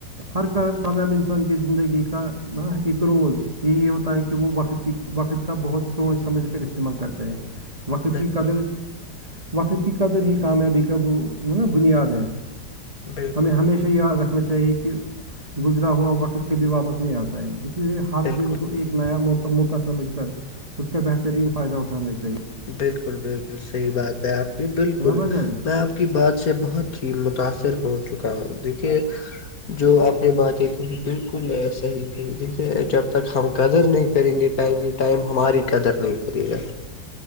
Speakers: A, on the right (about 20°); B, on the left (about 55°).
A: ہر کا کامیاب انسان کی زندگی کا ن ایک روز یہی ہوتا ہے کہ وہ وقت کی وقت کا بہت سوچ سمجھ کر استعمال کرتے ہیں وقت
B: بالکل
A: کی قدر وقت کی قدر ہی کامیابی کا وہ نا بنیاد ہے
B: بالکل
A: ہمیں ہمیشہ یاد رکھنا چاہیے کہ گزرا ہوا وقت کبھی واپس نہیں آتا ہے اس ہر
B: بالکل
A: دن کو ایک نیا موقع سمجھ کر اس کا بہترین فائدہ اٹھانا چاہیے
B: بالکل بالکل صحیح بات ہے آپ کی بالکل
A: سنا بھجن
B: میں آپ کی بات سے بہت ہی متاثر ہو چکا ہوں دیکھیے جو آپ نے باتیں کہ بالکل صحیح ج دیکھیے جب تک ہم قدر نہیں کریں گے ٹائم ٹائم ہماری قدر نہیں کرے گا